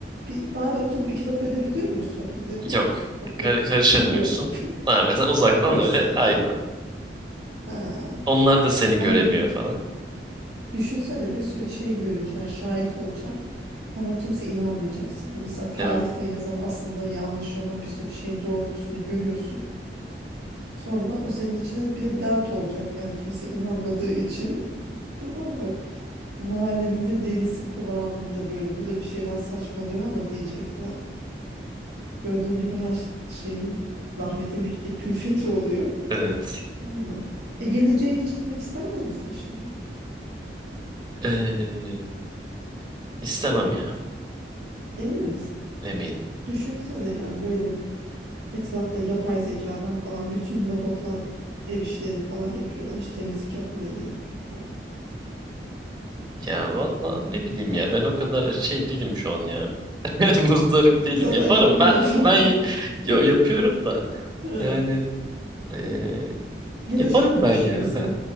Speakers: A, on the right (about 80°); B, on the right (about 25°).
A: Bir bari oturup iki laf edebiliyor muyuz? Sohbet edebiliyor
B: Yok.
A: muyuz? Bakıyor.
B: Kar- karışamıyorsun.
A: <laughs> Yok.
B: Ha,
A: <laughs>
B: mesela uzaktan
A: Bakıyor
B: öyle
A: sadece.
B: aynen.
A: Ha.
B: Onlar da seni göremiyor
A: Ay
B: falan.
A: düşünsene bir sürü şey göreceksin, şahit olacaksın ama kimse inanmayacak sana. Mesela tarihte
B: Değil mi?
A: yazan aslında yanlış olan bir sürü şeyin doğrusunu görüyorsun. Sonra o senin içine bir de dert olacak yani kimse inanmadığı için. Tamam mı? Mahallenin de delisi kıvamında böyle. Bu da bir şeyler saçmalıyor ama diyecekler. Gördüğün gibi her ş- şeyin rahmetin bir de külfeti oluyor.
B: Evet.
A: Olmadı. E geleceğe hiç gitmek istemez misin şimdi?
B: Ee, istemem ya.
A: Emin misin?
B: Eminim.
A: Düşünsene ya böyle etrafta yapay zekadan falan bütün robotlar ev işlerini falan yapıyorlar. Hiç temizlik yapmana gerek yok falan.
B: Ya valla ne bileyim
A: Aa,
B: ya ben o kadar şey değilim şu an ya. <laughs> Muzdarip değilim.
A: Zaten
B: Yaparım
A: yapmıyorum
B: ben
A: falan.
B: ben yo yapıyorum da
A: <laughs>
B: yani ee,
A: Ya
B: yaparım
A: da şöyle
B: ben
A: düşün
B: ya.
A: mesela.
B: Heh.